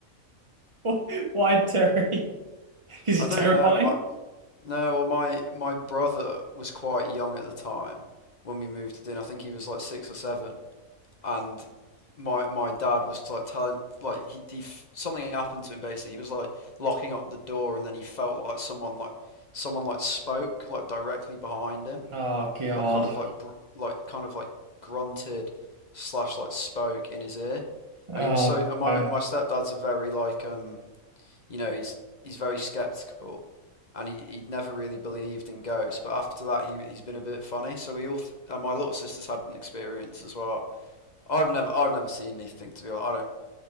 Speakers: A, on the right; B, on the left.
A: <laughs> why Terry? Because
B: I
A: he's
B: don't
A: terrifying.
B: know. No, well, my my brother was quite young at the time when we moved in. I think he was like six or seven, and my my dad was like telling like he, he something happened to him basically. He was like locking up the door, and then he felt like someone like someone like spoke like directly behind him,
A: Oh God.
B: like kind of like br like kind of like grunted slash like spoke in his ear,
A: Oh
B: and he was so. And my
A: no.
B: my stepdad's a very like um you know, he's he's very skeptical, and he he never really believed in ghosts. But after that, he he's been a bit funny. So we all, th- uh, my little sister's had an experience as well. I've never I've never seen anything to be honest. I don't.